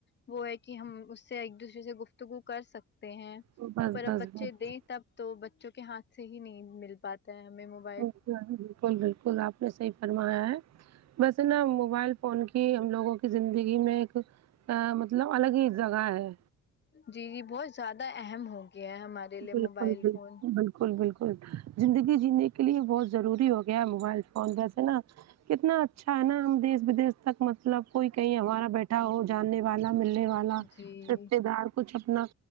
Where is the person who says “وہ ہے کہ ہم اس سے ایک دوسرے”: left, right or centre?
Left